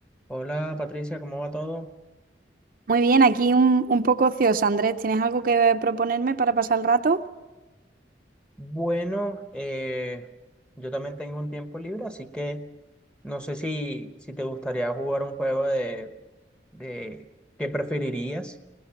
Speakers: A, in the centre; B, on the right.
A: Hola Patricia, ¿cómo va todo?
B: Muy bien, aquí un, un poco ocioso, Andrés. ¿Tienes algo que proponerme para pasar el rato?
A: Bueno, eh, yo también tengo un tiempo libre, así que no sé si, si te gustaría jugar un juego de, de qué preferirías